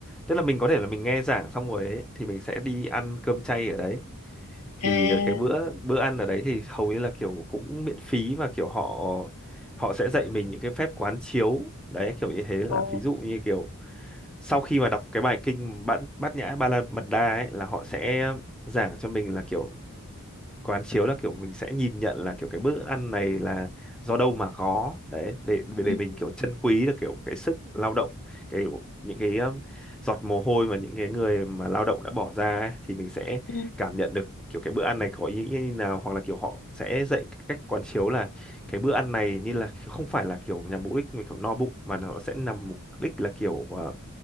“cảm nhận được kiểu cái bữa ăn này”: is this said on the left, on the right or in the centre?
Centre